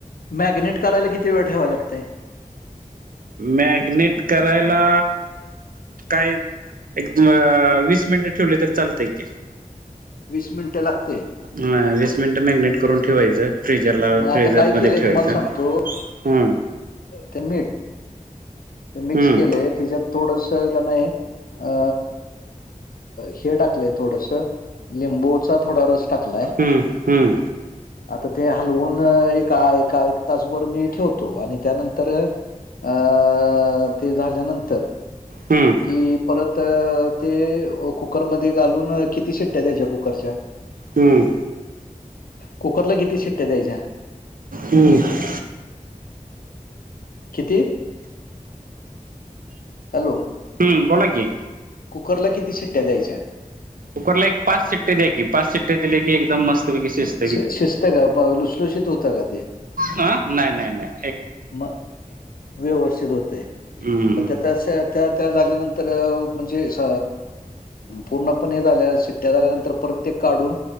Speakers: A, on the left; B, on the right.
A: मॅग्नेट करायला किती वेळ ठेवाय लागतय?
B: मॅग्नेट करायला काय एक म वीस मिनिटं ठेवलं तर चालतय की.
A: वीस मिनिटं लागतंय.
B: म वीस मिनिटं मॅग्नेट करून ठेवायचं. फ्रिजरला
A: मग आता
B: फ्रिझरमध्ये
A: काय केलंय
B: ठेवायचं
A: तुम्हाला सांगतो
B: ह.
A: ते मीठ ते मिक्स
B: हम्म
A: केलेय त्याच्यात थोडस का नाही अ हे टाकलंय थोडस लिंबूचा थोडा रस टाकलाय.
B: हम्म हम्म
A: आता ते हलवून एकका एका एक तासभर मी ठेव. तो आणि त्यानंतर अ ते झाल्यानंतर.
B: हम्म.
A: कि परत ते कुकरमध्ये घालून किती शिट्ट्या द्यायच्या कुकरच्या
B: हम्म
A: कुकरला किती शिट्ट्या द्यायच्या
B: हम्म.
A: किती हॅलो?
B: हम्म बोला की.
A: कुकरला किती शिट्ट्या द्यायच्या.
B: कुकरला एक पाच सिट्टी द्या की पाच सिट्टया दिले की एकदम मस्त पैकी शिस्
A: शिज शिजत काय बा लुस लुसलुशीत होतं का ते.
B: ह नाय नाय नाय.
A: म व्यवस्थित होतय
B: हम्म
A: मग तस त्यात. त्या झाल्यानंतर म्हणजे स पूर्णपने झाल्यास शिट्ट्या झाल्यानंतर परत ते काढून